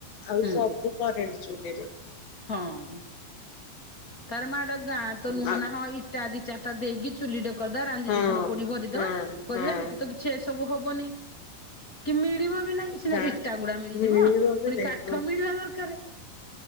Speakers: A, on the left; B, on the left.
A: ଆଉ
B: ହୁଁ
A: ସବୁ କରେଣ୍ଟ ଚୁଲିରେ।
B: ହଁ ତାର ମା ଗାଁ ତ ନୁହଁ
A: ଆ
B: ନା ହଁ ଇଟା ଦି ଚାରିଟା ଦେଇକି ଚୁଲିଟେ କରିଦେବା ରାଞ୍ଜି
A: ହଁ
B: ଦି ଖଣ୍ଡ କୋଡି ଭରିଦବା।
A: ହଁ
B: କରିବା
A: ହଁ
B: ସେଠି ତ କିଛି ଏସବୁ ହବନି। କି ମିଳିବ ବି ନାଇଁ ସିନା
A: ନା।
B: ଇଟା ଗୁଡା ମିଳିଯିବ
A: ମିଳିବ
B: ପୁଣି
A: ବି ନାଇଁ
B: କାଠ
A: ହଁ
B: ମିଳିବା ଦରକାର।